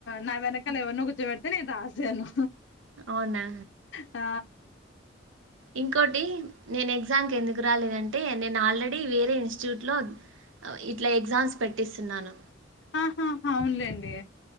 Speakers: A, on the left; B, on the right.
A: నా వెనకాల
B: హ్మ్.
A: ఎవరినో కూర్చో బెడితే నేను రాసాను
B: అవునా
A: ఆ
B: ఇంకోటి నేను ఎక్సమ్ కి ఎందుకు రాలేదంటే నేను ఆల్రెడీ వేరే ఇన్స్టిట్యూట్లో ఇట్లా ఎగ్జామ్స్ పెట్టిస్తున్నాను
A: ఆహాహా అవును లేండి